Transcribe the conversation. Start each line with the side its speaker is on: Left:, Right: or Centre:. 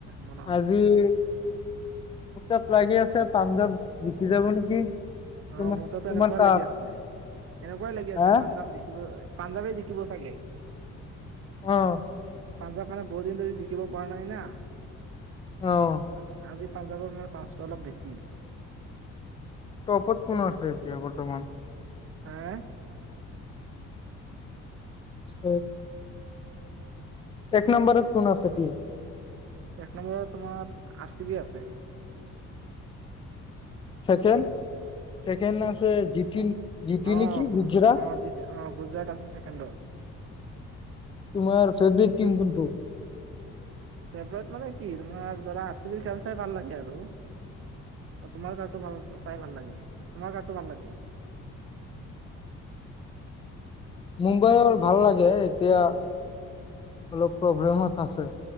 Right: মনত
Left: আজি মোৰ তাত লাগি আছে পাঞ্জাৱ জিকি যাব নেকি
Right: অ
Left: তোমাৰ
Right: মো তাত
Left: তোমাৰ
Right: এনেকুৱাই
Left: তাত,
Right: লাগি আছে এনেকুৱাই লাগি
Left: হা?
Right: আছে পাঞ্জাৱ দেখিব পাঞ্জাবেই জিখিব চাগে
Left: আহ
Right: পাঞ্জাৱ মানে বহুত দিন ধৰি জিকিব পৰা নাই না
Left: অ',
Right: আজি আজি পাঞ্জাৱৰ মে চানসটো অলপ বেছি
Left: পত কোনো আছে এতিয়া বৰ্তমান
Right: হা
Left: উম এক নম্বৰত কোন আছে
Right: এক নম্বৰত তোমাৰ আৰ চি বি আছে
Left: চেকেড আছে জিটি
Right: অঁ
Left: নেকি গুজৰাট।
Right: অঁ, যেতিয়া অঁ, গুজৰাট আছে ছেকেণ্ডজ।
Left: তোমাৰ ফেভট টম কোনটো?
Right: ফেভৰেট মানে কি, তোমাৰ ধৰা আৰ চি বি খেল চাই ভাল লাগে আৰু। অঁ তুমাৰ কাৰাটো বাৰু চাই ভাল লাগে? তোমাৰ কাৰটো ভাল লাগে?
Left: মুম্বাই ভাল লাগে এতিয়া অলপ প্ৰব্লেমত আছে।